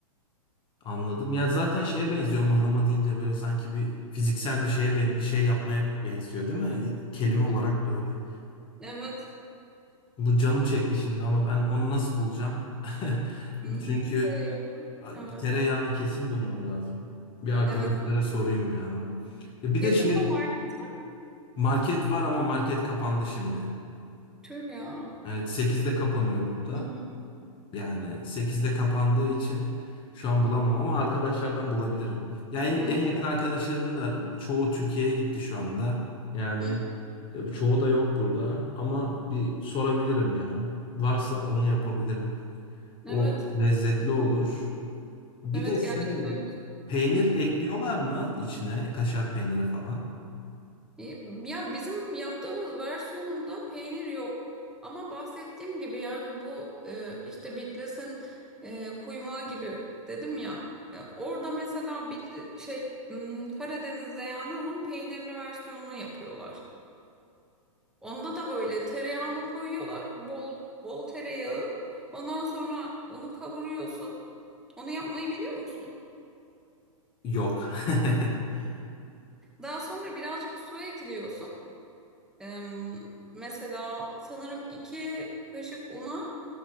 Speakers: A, on the left; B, in the centre.
A: Anladım. Ya zaten şeye benziyor mıhlama deyince böyle sanki bir fiziksel bir şeye ben- bir şey yapmaya benziyor değil mi? Kelime
B: Hı hı.
A: olarak da öyle.
B: Evet.
A: Bu canım çekti şimdi ama ben onu nasıl bulacağım? <laughs>
B: Hmm.
A: Çünkü
B: Şey ama.
A: Abi,
B: Evet.
A: tereyağını kesin bulmam lazım. Bir arkadaşlara
B: Evet evet.
A: sorayım ya. Ya bir
B: Yakında
A: de şey
B: market var mı?
A: market var ama market kapandı şimdi.
B: Tüh ya.
A: Evet sekizde kapanıyor burada.
B: Hı hı,
A: Yani sekizde kapandığı için şu an bulamam ama arkadaşlardan bulabilirim. Yani en
B: anladım.
A: en yakın arkadaşlarım da çoğu Türkiye'ye gitti şu anda. Yani
B: Hı hı.
A: e, çoğu da yok burada ama bir sorabilirim ya. Varsa onu yapabilirim. O
B: Evet,
A: lezzetli olur. Bir
B: evet
A: de şey
B: gerçekten güzel.
A: peynir
B: Hı hı.
A: ekliyorlar mı içine kaşar peyniri falan?
B: İyi. Ya bizim yaptığımız versiyonunda peynir yok. Ama bahsettiğim gibi yani bu e, işte Bitlis'in e, kuymağı gibi dedim ya. Ya orada mesela Bitli şey hmm, Karadeniz'de yani onun peynirli versiyonunu yapıyorlar. Onda da böyle tereyağını koyuyorlar. Bol bol tereyağı. Ondan sonra unu kavuruyorsun. Onu yapmayı biliyor musun?
A: Yok. <laughs>
B: Daha sonra birazcık su ekliyorsun. Eee, mesela sanırım iki kaşık una,